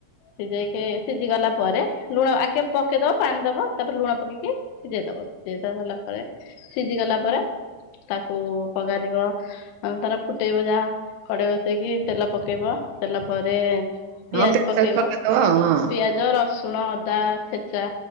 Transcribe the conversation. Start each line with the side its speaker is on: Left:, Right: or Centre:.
Left: ସିଝେଇକି ସିଝି ଗଲା ପରେ ଲୁଣ ଆଗେ ପକେଇଦବ ପାଣି ଦବ ତାପରେ ଲୁଣ ପକେଇକି ସିଝେଇଦବ ସିଇଟା ହେଲାପରେ ସିଝି ଗଲା ପରେ ତାକୁ ପଗାରିବ ଆଉ ତାର ଫୁଟେଇବ ଯାହା କଡ଼େଇ ବସେଇକି ତେଲ ପକେଇବ ତେଲ ପରେ ପିଆଜ
Right: ହଁ ପିସ୍
Left: ପକେଇବ
Right: ସାଇଜ୍ ପକେଇଦବ ଆଉ ହଁ।
Left: ପିଆଜ ଯ ରସୁଣ ଅଦା ଛେଚା